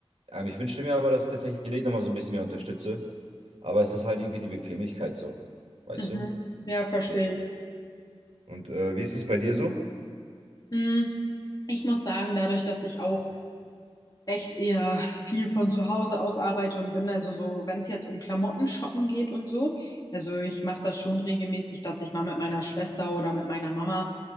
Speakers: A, on the right; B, on the left.
A: Ähm, ich wünschte mir aber, dass ich tatsächlich die Läden nochmal so ein bisschen mehr unterstütze. Aber es ist halt irgendwie die Bequemlichkeit so. Weißt
B: Mhm.
A: du?
B: Ja, verstehe
A: Wie-
B: ich.
A: Und äh, wie ist es bei dir so?
B: Mm, Ich muss sagen, dadurch, dass ich auch echt eher viel von zu Hause aus arbeite und bin also so, wenn es jetzt um Klamotten shoppen geht und so, also ich mache das schon regelmäßig, dass ich mal mit meiner Schwester oder mit meiner Mama